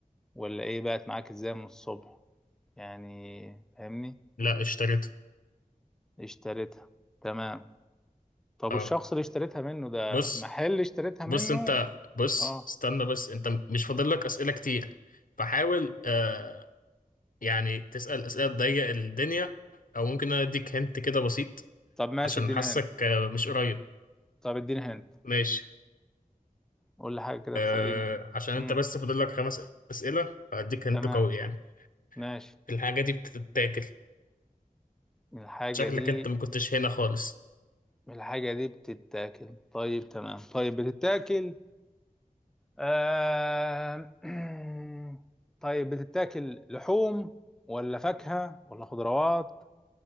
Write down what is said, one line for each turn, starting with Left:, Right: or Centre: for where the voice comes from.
Centre: ولا ايه بقت معاك ازاي من الصبح يعني فاهمني
Left: لأ اشتريتها
Centre: اشتريتها تمام طب
Left: اه
Centre: والشخص اللي اشتريتها منه ده
Left: بص
Centre: محل اشتريتها
Left: بص
Centre: منه
Left: انت بص
Centre: اه
Left: استنى بس انت مش فاضل لك اسئله كتير فحاول آه يعني تسال اسئله تضيق الدنيا او ممكن انا اديك هنت كده بسيط
Centre: طب ماشي
Left: عشان
Centre: اديني
Left: حاسك
Centre: هند
Left: آه مش قريب
Centre: طب اديني هند
Left: ماشي
Centre: قول لي حاجة كده
Left: آه
Centre: تخليني
Left: عشان انت
Centre: امم
Left: بس فاضل لك خمس اسئله فهديك هنت
Centre: تمام
Left: قوي يعني
Centre: ماشي
Left: الحاجه دي بتتاكل
Centre: الحاجة
Left: شكلك
Centre: دي
Left: انت ما كنتش هنا خالص
Centre: الحاجة دي بتتاكل طيب تمام طيب بتتاكل آه... <clears throat> طيب بتتاكل لحوم ولا فاكهة ولا خضروات